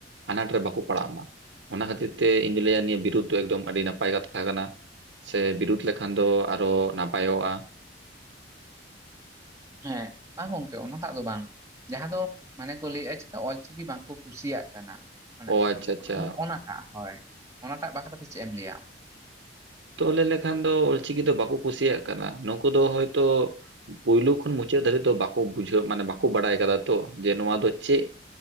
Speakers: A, on the right (about 80°); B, on the right (about 15°).
A: ᱟᱱᱟᱴ ᱨᱮ ᱵᱟᱠᱚ ᱯᱟᱲᱟᱜ ᱢᱟ ᱚᱱᱟ ᱠᱷᱟᱹᱛᱤᱨ ᱛᱮ ᱤᱧᱫᱩᱧ ᱞᱟᱹᱭᱫᱟ ᱱᱤᱭᱟᱹ ᱵᱤᱨᱩᱫᱽ ᱫᱚ ᱮᱠᱫᱚᱢ ᱟᱹᱰᱤ ᱱᱟᱯᱟᱭ ᱠᱟᱛᱷᱟ ᱠᱟᱱᱟ᱾ ᱥᱮ ᱵᱤᱨᱩᱫ ᱞᱮᱠᱷᱟᱱ ᱫᱚ ᱟᱨᱚ ᱱᱟᱯᱟᱭᱚᱜᱼᱟ᱾
B: ᱦᱮᱸ ᱵᱟᱝ ᱜᱚᱝᱠᱮ ᱚᱱᱟᱴᱟᱜ ᱫᱚ ᱵᱟᱝ ᱡᱟᱦᱟᱸ ᱫᱚ ᱢᱟᱱᱮ ᱠᱚ ᱞᱟᱹᱭᱮᱫᱼᱟ ᱪᱮᱛᱟ ᱚᱞ ᱪᱤᱠᱤ ᱵᱟᱝ ᱠᱚ ᱠᱩᱥᱤᱭᱟᱜ ᱠᱟᱱᱟ ᱢᱟᱱᱮ
A: ᱚ ᱟᱪᱪᱷᱟ ᱟᱪᱪᱷᱟ
B: ᱚᱱᱟ ᱴᱟᱜ ᱦᱳᱭ ᱚᱱᱟ ᱴᱟᱜ ᱵᱟᱠᱷᱨᱟ ᱛᱮ ᱪᱮᱫ ᱮᱢ ᱞᱟᱹᱭᱟ?
A: ᱛᱚ ᱞᱟᱹᱭ ᱞᱮᱠᱷᱟᱱ ᱫᱚ ᱚᱞᱪᱤᱠᱤ ᱫᱚ ᱵᱟᱠᱚ ᱠᱩᱥᱤᱭᱟᱜ ᱠᱟᱱᱟ ᱱᱩᱠᱩ ᱫᱚ ᱦᱚᱭᱛᱳ ᱯᱩᱭᱞᱩ ᱠᱷᱚᱱ ᱢᱩᱪᱟᱹᱫ ᱫᱷᱟᱵᱤᱡ ᱫᱚ ᱵᱟᱠᱚ ᱵᱩᱡᱷᱟᱹᱣ ᱢᱟᱱᱮ ᱵᱟᱠᱚ ᱵᱟᱲᱟᱭ ᱟᱠᱟᱫᱟ ᱛᱚ ᱡᱮ ᱱᱚᱣᱟ ᱫᱚ ᱪᱮᱜ